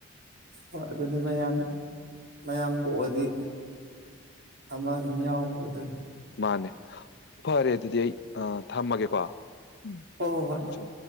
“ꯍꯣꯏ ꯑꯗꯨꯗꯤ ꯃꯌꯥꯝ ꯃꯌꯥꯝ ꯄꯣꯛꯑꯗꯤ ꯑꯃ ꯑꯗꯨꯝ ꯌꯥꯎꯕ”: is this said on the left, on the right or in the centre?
Right